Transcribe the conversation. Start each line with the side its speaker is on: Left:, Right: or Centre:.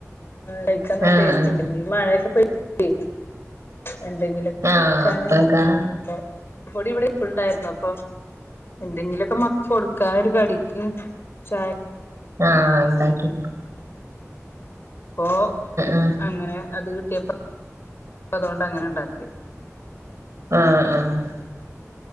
Left: കഴിക്കാ
Right: ആഹ്
Left: ടേസ്റ്റ്
Right: ആഹ്
Left: ണ്ട് മഴയൊക്കെ പെയ് <unintelligible> എന്തെങ്കിലും
Right: ആഹ്
Left: <inaudible> ക്കാൻ
Right: അപ്പക്കാ
Left: അപ്പൊ പൊടി വടെ പ്പ്ണ്ടായിരുന്നു അപ്പൊ എന്തെങ്കിലു നക്കെ മക്കൾക്ക് കൊടുക്കാനൊരു കടിക്ക് ചായ
Right: ആഹ് ഉണ്ടാക്കി <inaudible>
Left: അപ്പൊ
Right: ആഹ്
Left: അങ്ങനെ അത് കിട്ടിയേപ്പ പ്പതോണ്ട് അങ്ങനെ ഉണ്ടാക്കി
Right: ആഹ് ആഹ്